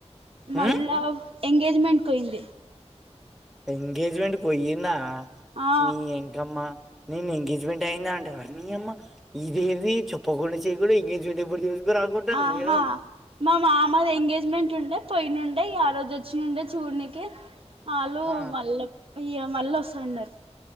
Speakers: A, on the right; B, in the centre.
A: మళ్ళా
B: ఉమ్
A: ఎంగేజ్మెంట్కి పోయింది.
B: ఎంగేజ్మెంట్ కి పోయిందా
A: ఆ
B: నీ ఎంకమ్మా. నేను ఎంగేజ్మెంట్ అయింద అంటే అనీ అమ్మ ఇదేది చెప్పకుండ చే. <unintelligible> ఎంగేజ్మెంట్ తీసుకురాకుండా
A: ఆహా
B: నేను.
A: మా మామాది ఎంగేజ్మెంట్ ఉండే పొయినుండే ఇగ ఆ రోజు. వచ్చి నుండే చూడ్నికి ఆళ్ళు
B: ఆ
A: మళ్ళా ఇగ మళ్ళ వస్తన్నారు‌.